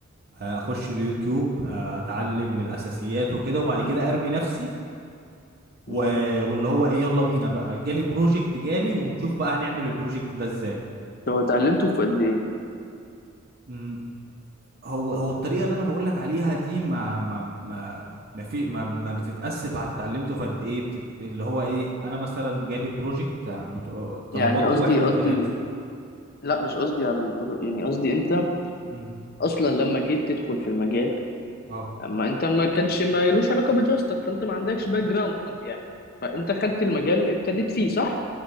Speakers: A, on the right; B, on the left.
A: آه، اخش اليوتيوب آه، اتعلم من الاساسيات وكده وبعد كده
B: مم.
A: ارمي نفسي و...
B: مم.
A: واللي هو ايه يلا بينا بقى جالي بروجكت جالي ونشوف بقى هنعمل البروجكت ده ازاي
B: لو اتعلمته في قد ايه
A: مم، هو هو الطريقه اللي انا بقول لك عليها دي ما ما ما ما في ما, ما بتتقاس على اتعلمته في قد ايه بتت... اللي هو ايه انا مثلا جالي بروجكت آه، مت... طلباته
B: يعني قصدي
A: واحد اتنين
B: قصدي
A: تلاته
B: لا مش قصدي على البرو... يعني قصدي انت
A: مم،
B: اصلا لما جيت تدخل في المجال
A: اه
B: اما انت ما كانش ما يلوش علاقة بدراستك فانت ما عندكش باك جراوند يعني فانت خدت المجال ابتديت فيه صح